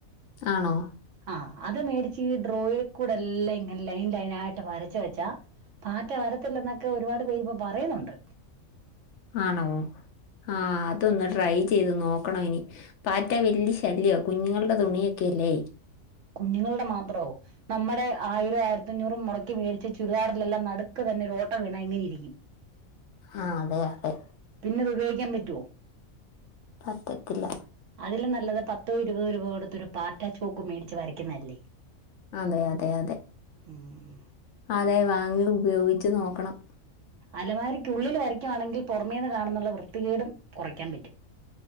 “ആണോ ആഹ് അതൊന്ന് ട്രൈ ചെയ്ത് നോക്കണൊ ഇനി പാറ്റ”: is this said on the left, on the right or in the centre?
Left